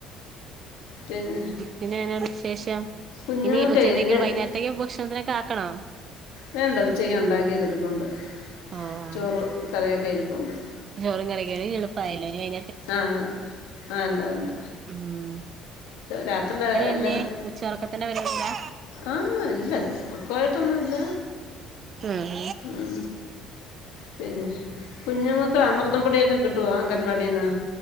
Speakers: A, on the left (about 85°); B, on the right (about 50°).
A: പിന്നെ
B: പിന്നെനെയ വിശേഷം
A: കുഞ്ഞുങ്ങൾക്ക്
B: ഇനി ഉച്ചത്തേക്ക് വൈകുന്നേരത്തേക്ക് ഭക്ഷണത്തിനക്കെ ആക്കണോ?
A: വേണ്ട ഉച്ചയും ഉണ്ടാക്കിയതിരിപ്പുണ്ട്
B: ഓ ആണോ
A: ചോറ് കറിയൊക്കെ ഇരിപ്പുണ്ട്
B: ചോറും കറിക്കേ എളുപ്പായിങ്ങനെ
A: ആഹ് ആ വേണ്ട വേണ്ട
B: ഉം
A: രാത്രി എല്ലാരും
B: എന്ത്യേ ഉച്ചൊറക്കത്തിന്റെ പരിപാടിയിലാ
A: ആഹ് ഇല്ല പോഴട്ടൊന്നുമില്ല
B: ഉം
A: മ് പിന്നെ കുഞ്ഞുങ്ങൾക്ക് അമൃതം പൊടിയൊക്കെ കിട്ടുമോ അംഗൻവാടിൽ നിന്ന്?